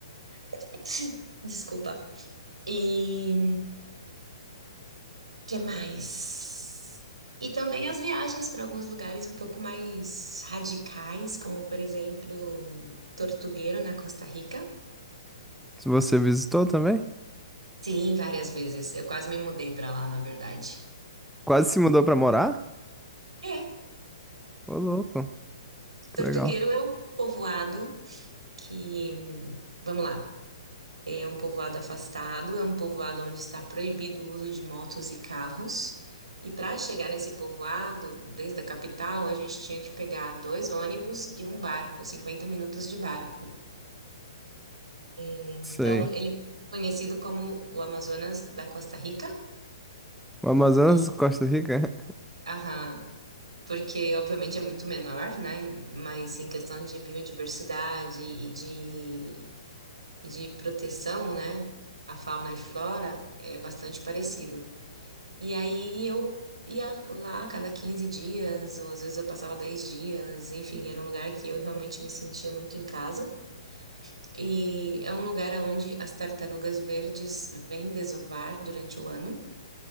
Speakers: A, on the right; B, in the centre.
A: <laughs> Desculpa. E que mais? E também as viagens para alguns lugares um pouco mais radicais, como por exemplo, Tortuguero na Costa Rica.
B: Você visitou também?
A: Sim, várias vezes. Eu quase me mudei para lá, na verdade.
B: Quase se mudou pra morar?
A: É,
B: Ô, louco, que
A: Tortugueiro
B: legal.
A: é um povoado que, hum, vamos lá, é um povoado afastado, é um povoado onde está proibido o uso de motos e carros. E para chegar nesse povoado, desde a capital, a gente tinha que pegar dois ônibus e um barco, 50 minutos de barco. Então,
B: Sei.
A: ele é conhecido como o Amazonas da Costa Rica.
B: O Amazonas,
A: E,
B: Costa Rica.
A: aham, porque obviamente é muito menor, né? Mas em questão de biodiversidade e de e de proteção, né, à fauna e flora é bastante parecido. E aí eu ia lá a cada 15 dias, ou às vezes eu passava 10 dias, enfim, era um lugar que eu realmente me sentia muito em casa. E é um lugar onde as tartarugas verdes vêm desovar durante o ano.